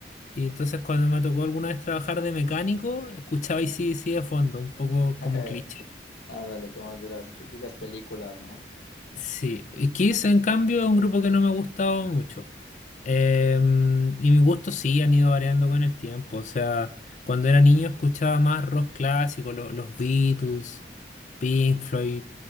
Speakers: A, on the left; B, on the left.
A: Y entonces cuando me tocó alguna vez trabajar de mecánico, escuchaba AC/DC de fondo, un poco
B: <laughs>
A: como cliché.
B: Ándale, como de las típicas películas, ¿no?
A: Sí, y Kiss en cambio es un grupo que no me ha gustado mucho. Em, y mis gustos sí han ido variando con el tiempo. O sea, cuando era niño escuchaba más rock clásico, lo- los Beatles, Pink Floyd,